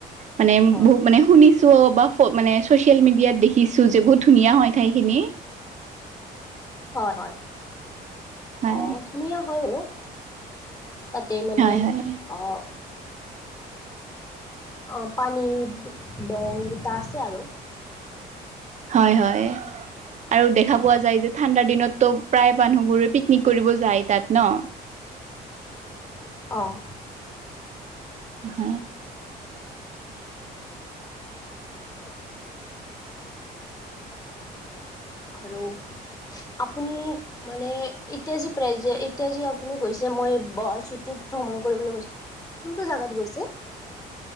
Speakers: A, on the right; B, on the left.
A: মানে
B: হয়
A: বহুত মানে শুনিছো চ' বা মানে ছ'চিয়েল মিডিয়াত দেখিছোঁ যে বহুত ধুনীয়া হয় ঠাইখিনি
B: হয় হয়
A: হয়
B: অহ ধুনীয়া হয় বাৰু তাতে মানে
A: হয় হয়
B: অহ অ' পানী দং কেইটা আছে আৰু।
A: হয় হয় আৰু দেখা
B: অ
A: পোৱা যায় যে ঠাণ্ডাৰ দিনততো প্ৰায় মানুহবোৰে পিকনিক কৰিব যায় তাত ন।
B: অ'।
A: হয়
B: আৰু আপুনি মানে এতিয়া যি প্ৰেজে, এতিয়া যি আপুনি কৈছে মই, ছুটিত ভ্ৰমণ কৰিবলৈ কৈছো কোনটো জাগাত গৈছে।